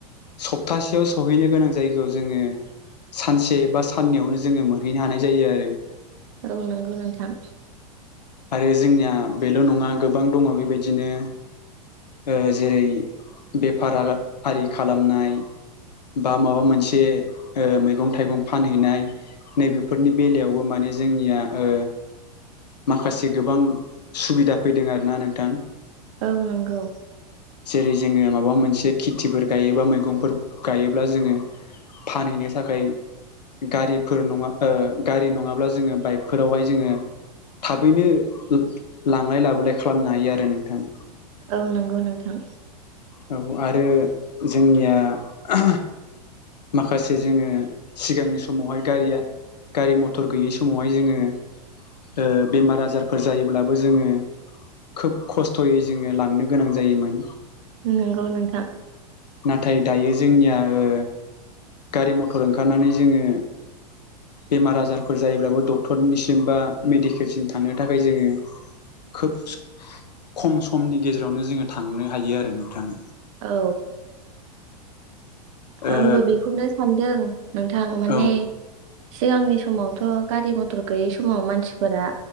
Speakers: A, on the left; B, on the right.
A: सप्तासेयाव सहैनो गोनां जायगायाव जोङो सानसे बा साननैयावनो जोङो मोनहैनो हानाय जायो आरो।
B: औ नोंगौ नोंथां।
A: आरो जोंनिया बेल' नङा गोबां दङ' बेबायदिनो ओ जेरै बेफार आरा आरि खालामनाय बा माबा मोनसे ओ मैगं थाइगं फानहैनाय, नैबेफोरनि बेलायावबो माने जोंनिया ओ माखासे गोबां सुबिदा फैदों आरोना नोंथां।
B: औ नंगौ
A: जेरै जोङो माबा मोनसे खेथिफोर गायोबा मैगंफोर गायोब्ला जोङो फानहैनो थाखाय गारिफोर नङा ओ गारि नङाब्ला जोङो बाइकफोरावहाय जोङो थाबैनो लांलाय लाबोलाय खालामनो हायो आरो नोंथां।
B: औ नंगौ नोंथां।
A: औ आरो जोंनिया। आ हा माखासे जोङो सिगांनि समावहाय गारिया। गारि मथर गैयि समावहाय जोङो। ओ बेमार आजारफोर जायोब्लाबो जोङो। खोब खस्थ'यै जोङो लांनो गोनां जायोमोन।
B: नंगौ नोंथां।
A: नाथाय दायो जोंनिया ओ गारि मथर ओंखारनानै जोङो। बेमार आजारफोर जायोब्लाबो डक्टरनिसिम बा मेडिकेलसिम थांनो थाखाय जोङो। खोब खम समनि गेजेरावनो जोङो थांनो हायो आरो नोंथां।
B: औ।
A: ओ
B: आंबो बेखौनो सानदों नोंथां माने।
A: औ
B: सिगांनि समावथ' गारि मथर गैयै समाव मानसिफोरा।